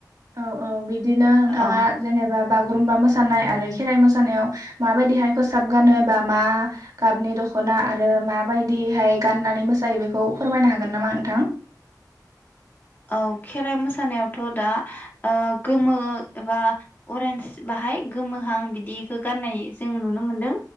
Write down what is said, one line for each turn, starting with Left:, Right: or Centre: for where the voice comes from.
Right: औ औ बिदिनो नोंथाङा
Left: औ
Right: जेनेबा बागुरुम्बा मोसानाय आरो खेराइ मोसानायाव माबायदिहाय खोसाब गानो बा मा गाबनि दखना आरो माबायदिहाय गाननानै मोसायो बेखौ फोरमायनो हागोन नामा नोंथां
Left: औ खेराइ मोसानायावथ दा ओ गोमो एबा अरेन्ज बाहाय गोमोहां बिदिखौ गाननाय जों नुनो मोनदों